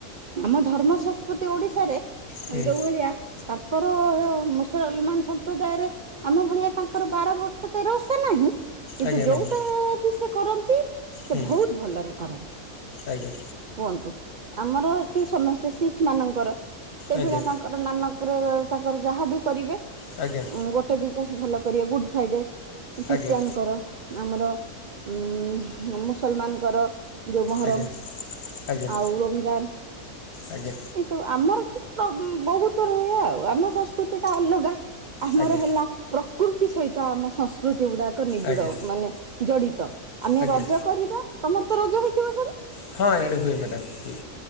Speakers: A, on the right; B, on the left.
A: ଆମ ଧର୍ମ ସଂସ୍କୃତି ଓଡିଶାରେ
B: ହୁଁ
A: ଯୋଉ ଭଳିଆ ଆ ଙ୍କର ମୁସଲମାନ୍ ସମ୍ପ୍ରଦାୟରେ। ଆମ ଭଳିଆ ତାଙ୍କର ବାର ବର୍ଷ ତେର ଓଷା ନାହିଁ। କିନ୍ତୁ
B: ଆଜ୍ଞା
A: ଯୋଉଟା
B: ନାହିଁ
A: ବି ସେ କରନ୍ତି ସେ
B: ହୁଁ
A: ଭୋହୁତ୍ ଭଲରେ କରନ୍ତି।
B: ଆଜ୍ଞା
A: କୁହନ୍ତୁ ଆମର ଏଠି ସମସ୍ତେ ଶିଖ୍ ମାନଙ୍କର ସେଭଳିଆ
B: ଆଜ୍ଞା
A: ତାଙ୍କ୍ ଙ୍କର ନାନକରେ ତାଙ୍କର ଯାହାବି କରିବେ
B: ଆଜ୍ଞା
A: ଗୋଟେ ଦୁଇଟା ସେ ଭଲ କରିବା ଗୁଡ଼୍ ଫ୍ରାଇଡ଼େ ଖ୍ରୀଷ୍ଟିଆନଙ୍କର
B: ଆଜ୍ଞା
A: ଆମର ଉଁ ହୁଁ ମୁସଲ୍ମାନ୍ ଙ୍କର। ଯୋଉ ମହରମ
B: ଆଜ୍ଞା ଆଜ୍ଞା
A: ଆଉ ରମ୍ଜାନ୍।
B: ଆଜ୍ଞା
A: ଏଇସବୁ ଆମର ବୋହୁତ୍ ଥର ହୁଏ ଆଉ ଆମ ସଂସ୍କୃତିଟା ଅଲଗା। ଆମର
B: ଆଜ୍ଞା
A: ହେଲା ପ୍ରକୃତି ସହିତ ଆମ ସଂସ୍କୃତି ଗୁଡାକ ନିବିଡ
B: ଆଜ୍ଞା
A: ମାନେ ଜଡିତ ଆମେ
B: ଆଜ୍ଞା
A: ରଜ କରିବା ତମର୍ତ ରଜ ହେଇଥିବ ସିଆଡେ।
B: ହଁ ଏଇଆଡେ ହୁଏ ମ୍ୟାଡ଼ାମ୍ ହୁଏ।